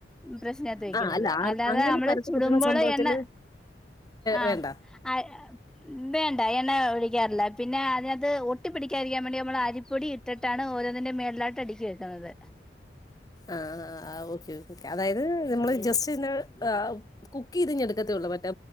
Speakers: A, in the centre; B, on the left.
A: പ്രശ്നാത്ത് വെക്കുന്നത്
B: ആ അല്ല ആ-
A: അല്ലാതെ
B: അങ്ങനെ
A: നമ്മള്
B: പരത്തി
A: ചുടുമ്പോൾ
B: കിട്ടുന്ന സംഭവത്തിൽ
A: എണ്ണ ആഹ
B: വേണ്ട
A: ആഹ വേണ്ട എണ്ണ ഒഴിക്കാറില്ല പിന്നെ അതിന അത് ഒട്ടിപ്പിടിക്കാതിരിക്കാൻ വേണ്ടി നമ്മൾ അരിപ്പൊടി ഇട്ടട്ടാണ് ഓരോന്നന്റെ മേുകളലാട്ട് അടുക്കി വെക്കുന്നത്
B: ആഹ ആഹ ആഹ ഓക്കെ അതായത് നമ്മൾ ജസ്റ്റ് <unintelligible> കുക്ക് ചെയ്ത് എടുക്കത്തേ ഒള്ളൂ മറ്റേ